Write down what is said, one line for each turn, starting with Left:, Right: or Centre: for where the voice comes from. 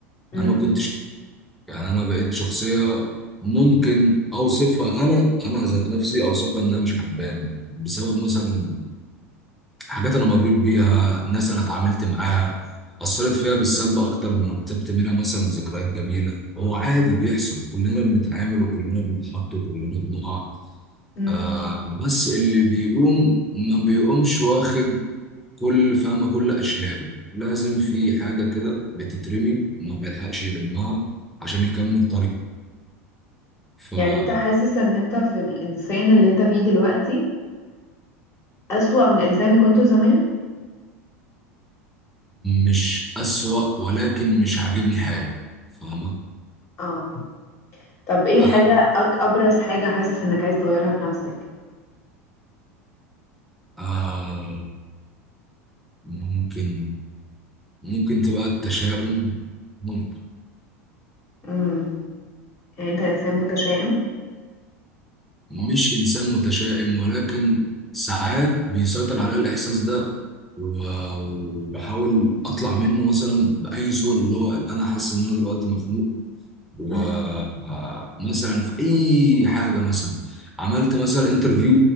Left: امم
Centre: انا ما كنتش يعني انا بقيت شخصيه ممكن اوصفها انا انا ذات نفسي اوصفها انها مش عجباني بسبب مثلا حاجات انا مريت بيها ناس انا اتعاملت معاها اثرت فيها بالسلب اكتر ما رتبت منها مثلا ذكريات جميله هو عادي بيحصل كلنا بنتعامل وكلنا بنتحط وكلنا بنقع
Left: امم
Centre: آه بس اللي بيقوم ما بيقومش واخد كل فاهمه كل اشلاءه لازم في حاجه كده بتترمي ما بيلحقش يلمها عشان يكمل طريقه
Left: يعني انت حاسس ان انت في الانسان اللي انت فيه دلوقتي اسوأ من الانسان اللي كنته زمان
Centre: مش أسوأ ولكن مش عاجبني حالي فاهمة
Left: اه طب ايه الحاجة
Centre: أنا
Left: أك أبرز حاجة حاسس انك عايز تغيرها في نفسك
Centre: آه ممكن ممكن تبقى التشاؤم ممكن
Left: امم يعني انت انسان متشائم
Centre: مش إنسان متشائم ولكن ساعات بيسيطر عليا الإحساس ده و- وبحاول أطلع منه مثلا بأي صورة اللي هو أنا حاسس إن أنا دلوقتي مخنوق ومثلا
Left: امم
Centre: في أي حاجة مثلا عملت مثلا انترفيو